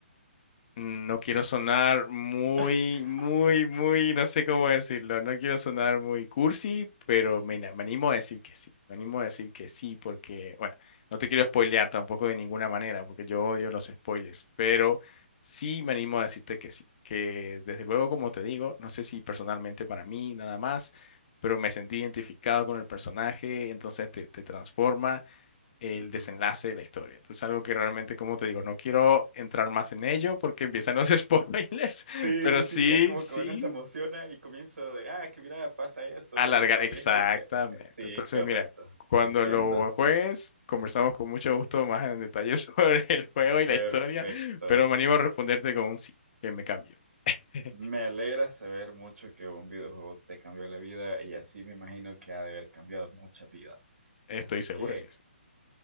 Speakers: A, on the left; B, on the right.
A: No quiero sonar muy,
B: <laughs>
A: muy, muy, no sé cómo decirlo, no quiero sonar muy cursi, pero me, na- me animo a decir que sí, me animo a decir que sí, porque, bueno, no te quiero spoilear tampoco de ninguna manera, porque yo odio los spoilers, pero sí me animo a decirte que sí, que desde luego, como te digo, no sé si personalmente para mí nada más, pero me sentí identificado con el personaje, entonces te, te transforma el
B: Ujú.
A: desenlace de la historia. Entonces, algo que realmente, como te digo, no quiero entrar más en ello porque empiezan los <laughs> spoilers,
B: Sí,
A: pero
B: sí,
A: sí,
B: sí. Es como
A: sí,
B: que uno se emociona y comienza de, ah, que mira, pasa esto,
A: alargar,
B: lo otro.
A: exactamente.
B: Y es como que, sí,
A: Entonces,
B: correcto.
A: mira, cuando
B: Te entiendo.
A: lo juegues, conversamos con mucho gusto más en detalle <laughs> sobre el juego y
B: Perfecto.
A: la historia, pero me animo a responderte con un sí, que me cambio. <laughs>
B: Me alegra saber mucho que un videojuego te cambió la vida y así me imagino que ha de haber cambiado muchas vidas.
A: Estoy
B: Así
A: seguro
B: que...
A: que sí.